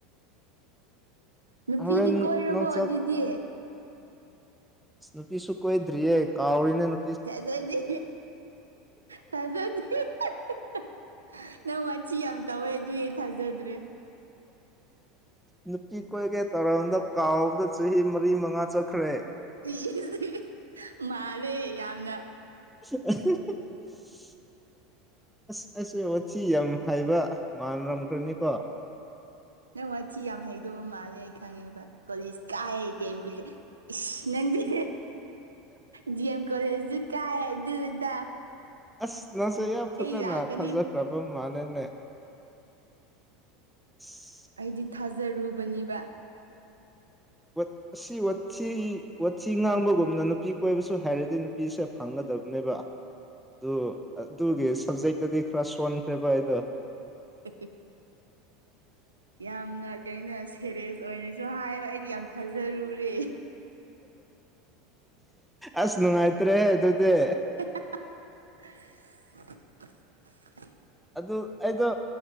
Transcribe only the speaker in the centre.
ꯍꯣꯔꯦꯟ
ꯅꯪ ꯆꯥꯛ
ꯁꯨ ꯅꯨꯄꯤꯁꯨꯨ ꯀꯣꯏꯗ꯭ꯔꯤꯌꯦ ꯀꯥꯎꯔꯦꯅꯦ ꯅꯨ
ꯅꯨꯄꯤ ꯀꯣꯏꯒꯦ ꯇꯥꯔꯝꯕꯗꯣ ꯀꯥꯎꯕꯗ ꯆꯍꯤ ꯃꯔꯤ ꯃꯉꯥ ꯆꯠꯈ꯭ꯔꯦ
<unintelligible> ꯑꯁ ꯑꯩꯁꯦ ꯋꯥꯊꯤ ꯌꯥꯝ ꯍꯩꯕ ꯃꯥꯜꯂꯝꯈ꯭ꯔꯅꯤꯀꯣ
ꯑꯁ ꯅꯪꯁꯨ ꯌꯥꯝ ꯐꯖꯥꯅ
ꯐꯖꯥꯈ꯭ꯔꯕ ꯃꯥꯜꯂꯦꯅꯦ <inaudible>
ꯋꯠ ꯑꯁꯤꯋꯠ ꯁꯤ ꯋꯥꯊꯤ ꯉꯥꯡꯕꯒꯨꯝꯅ ꯅꯨꯄꯤ ꯀꯣꯏꯕꯁꯨ ꯍꯩꯔꯗꯤ ꯅꯨꯄꯤꯁꯦ ꯐꯪꯒꯗꯕꯅꯦꯕ ꯑꯗꯨ ꯑꯗꯨꯒꯤ ꯁꯞꯖꯦꯛꯇꯗꯤ ꯈꯔ ꯁꯣꯟꯈ꯭ꯔꯦꯕ ꯑꯩꯗꯣ
ꯑꯁ ꯅꯨꯡꯉꯥꯏꯇ꯭ꯔꯦ ꯑꯗꯨꯗꯤ
ꯑꯗꯨ ꯑꯩꯗꯣ